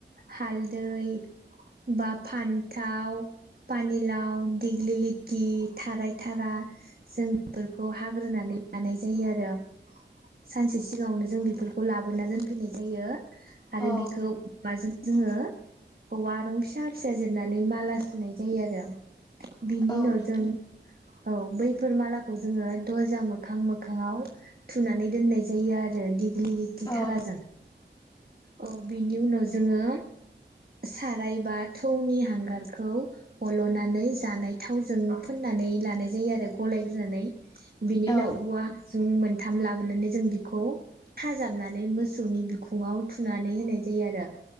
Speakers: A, on the right; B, on the left.
A: हालदै बा फान्थाव, पानिलाव, दिग्लि लिटि, थाराय थारा जों बेफोरखौ हाग्रोनानै लानाय जायो आरो सानसे सिगाङावनो जों बेफोरखौ लाबोना दोनफैनाय जायो। आरो
B: औ
A: बिखौ <unintelligible> जों जोङो औवारं फिसा फिसा जिरनानै माला सुनाय जायो आरो। बिनि
B: औ
A: उनाव
B: नोंथां
A: जों औ बैफोर मालाखौ जोङो दरजा मोखां मोखाङाव थुनानै दोननाय जायो आरो दि <unintelligible>
B: औ
A: थाराजों। औ बिनि उनाव जोङो सारायबा थौनि हांगारखौ हल'नानै जानाय थावजों फोननानै लानाय जायो आरो गलायग्रोनानै। बिनि उनाव
B: औ
A: औवा हासुं मोनथाम लाबोनानै जों बिखौ खाजाबनानै मोसौनि बिखुङाव थुनानै होनाय जायो आरो।